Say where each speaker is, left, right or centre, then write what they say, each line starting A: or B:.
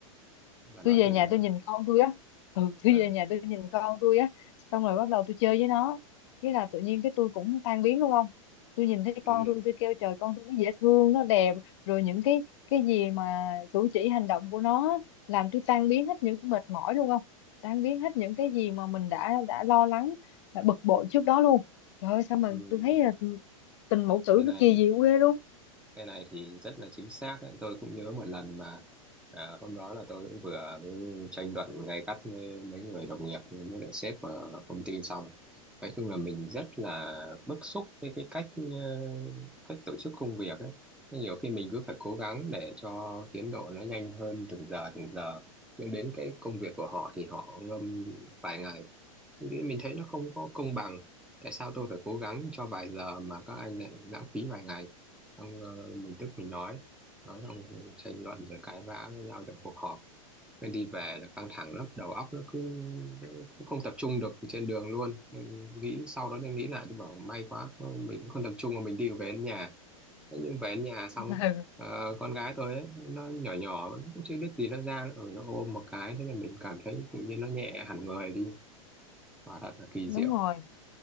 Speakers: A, in the centre; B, on the left.
A: bà nói
B: tôi về
A: thử
B: nhà
A: nào.
B: tôi nhìn con tôi á ừ, tôi
A: Ờ,
B: về nhà tôi nhìn con tôi á xong rồi bắt đầu tôi chơi với nó cái là tự nhiên cái tôi cũng tan biến luôn không tôi nhìn thấy
A: ừ,
B: con tôi tôi kêu trời con tôi nó dễ thương nó đẹp rồi những cái cái gì mà cử chỉ hành động của nó á, làm tôi tan biến hết những mệt mỏi luôn không tan biến hết những cái gì mà mình đã đã lo lắng đã bực bội trước đó luôn trời ơi sao mà
A: ừ,
B: tôi thấy là tình mẫu tử
A: thế này
B: nó kỳ diệu ghê luôn
A: cái này thì rất là chính xác đấy. Tôi cũng nhớ một lần mà à, hôm đó là tôi cũng vừa mới tranh luận gay gắt với mấy người đồng nghiệp với lại sếp ở công ty xong nói chung là mình rất là bức xúc với cái cách ờ, cách tổ chức công việc ấy nhiều khi mình cứ phải cố gắng để cho tiến độ nó nhanh hơn từng giờ từng giờ nhưng đến cái công việc của họ thì họ ngâm vài ngày nghĩ mình thấy nó không có công bằng tại sao tôi phải cố gắng cho vài giờ mà các anh lại lãng phí vài ngày xong ờ, mình tức mình nói nói xong tranh luận rồi cãi vã với nhau trong cuộc họp nên đi về là căng thẳng lắm đầu óc nó cứ, nó cứ không tập trung được trên đường luôn Mình nghĩ sau đó tôi nghĩ lại tôi bảo may quá mình cũng không tập trung mà mình đi về đến nhà thế nhưng về đến nhà xong
B: <laughs> ừ,
A: ờ, con gái tôi ấy, nó nhỏ nhỏ nó cũng chưa biết gì nó ra ở nó ôm một cái thế là mình cảm thấy tự nhiên nó nhẹ hẳn người đi quả thật là kỳ
B: đúng
A: diệu
B: rồi